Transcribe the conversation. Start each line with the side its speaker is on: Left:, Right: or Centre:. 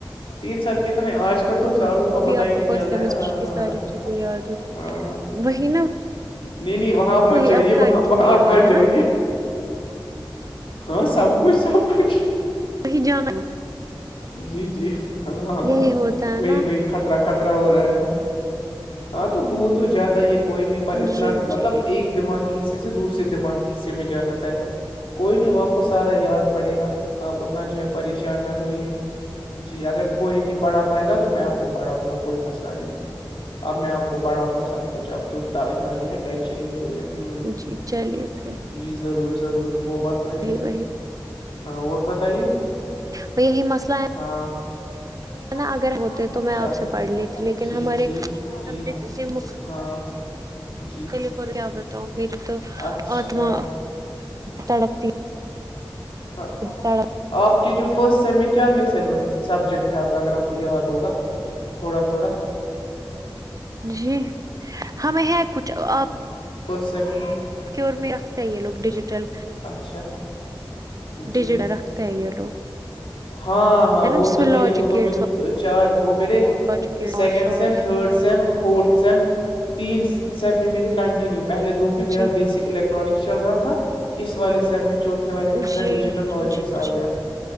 Left: تین سال کتنے آج کے کل تو سالوں کا
Right: ابھی
Left: پتا
Right: آپ
Left: ہی
Right: کو
Left: نہیں
Right: فرسٹ
Left: چلتا
Right: سیمسٹر
Left: ہے نا ہاں
Right: کی ساری
Left: ہاں
Right: چیزیں یاد ہو
Left: ہاں ہاں
Right: وہی نا
Left: نہیں نہیں وہاں آپ مت
Right: وہی
Left: جائیے
Right: کو ساری
Left: وہاں وہاں
Right: چیزیں یاد
Left: آپ مت
Right: ہے
Left: جائیے
Right: نا
Left: ہاں سب کچھ سب کچھ
Right: صحی جانا <unintelligible>
Left: جی جی ہاں ہاں
Right: یہی ہوتا ہے
Left: وہی
Right: نا
Left: وہی خطرہ خطرہ ہو رہا ہے ہاں تو بھول تو جاتا یہ کوئی نہیں پر انسان
Right: جی جی
Left: مطلب ایک دماغ کے حصے سے دوسرے دماغ کے حصے میں جاتا ہے کوئی نہیں وہ آپ کو سارا یاد پڑے گا آپ اتنا جو ہے پریشان نہ ہوئیے جی اگر کوئی نہیں پڑھا پائے گا تو میں آپ کو پڑھاؤں گا کوئی مسئلہ نہیں اب میں آپ کو پڑھاؤں گا سب کچھ اب کی انا اتنا جو ہے ٹینشن لے رہی ہے ہ
Right: جی چلیے پھر
Left: جی ضرور ضرور وہ بات تو ہے ہی
Right: وہی
Left: ہاں اور بتائیے
Right: بائی یہ مسئ ہے
Left: ہاں نہیں،
Right: ہے نا اگر ہوتے تو میں
Left: اچھا
Right: آپ سے پڑھ لیتی لیکن
Left: ٹھیک
Right: ہمارے
Left: ٹھیک
Right: سبجیکٹ
Left: جی
Right: سے ج
Left: ہاں جی
Right: <inaudible> کل پر کیا بتاؤ میری تو
Left: اچھا
Right: آتما تڑپتی
Left: ہڑ <unintelligible>
Right: تڑپ
Left: آپ کے جو فرسٹ سیم میں کیا کیا سلیبس سبجیکٹپ اگر آپ کو یاد ہوگا تھوڑا تھوڑا
Right: جی ہمیں ہے کچھ آپ
Left: فسٹ سم <unintelligible>
Right: کی اورور میں رکھتا ہے یہ لوگ ڈیجیٹل
Left: اچھا
Right: ڈیجیٹل
Left: جی
Right: رکھتے ہیں یہ لوگ
Left: ہاں ہاں
Right: ہے نا
Left: وہ
Right: جس
Left: تو
Right: میں لاجک
Left: میرے وہ تو
Right: گیٹس
Left: میرے تو چار وہ بیرے
Right: لاجک گیٹ اور
Left: سیکنڈ
Right: شور
Left: سم تھڈ سیم فورتھ سیم تین سیم میں میرے کنٹینیو پہلے دو میں میرا
Right: جی
Left: بیسک الیکٹر ٹرکس چل رہا تھا اس والے سے میں چوتھے والے میں میرا
Right: جی
Left: ڈیجیٹل لاجکس
Right: جی
Left: آ
Right: جی
Left: گیا